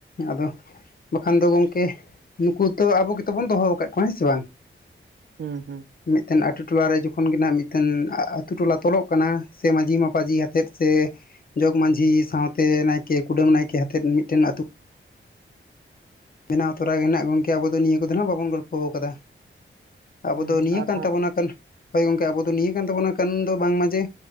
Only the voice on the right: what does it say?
ᱦᱩᱸ ᱦᱩᱸ
ᱦᱩᱸ
ᱟᱨᱦᱚᱸ